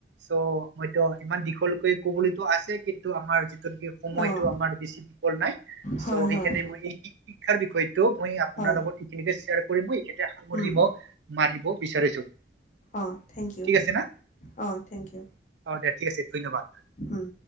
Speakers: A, on the right; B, on the left.
A: চ' মইতো ইমান দীঘলকৈ কবলৈ আছে কিন্তু আমাৰ যি সময়টো
B: অ',
A: আমাৰ বেছি বিপল নাই
B: হয়,
A: চ' সেইকাৰণে
B: হয়,
A: মই এই শিক্ষাৰ বিষয় মই আপোনাৰ
B: হয়,
A: লগত এইখিনিকে শ্বেয়াৰ কৰি মই এইখিনতে সামৰি
B: উম, উম,
A: ম মাৰিব বিচাৰিছো
B: অ থেংক ইউ
A: ঠিক আছে না
B: অ থেংক ইউ
A: অ দে ঠিক আছে ধন্যবাদ
B: উম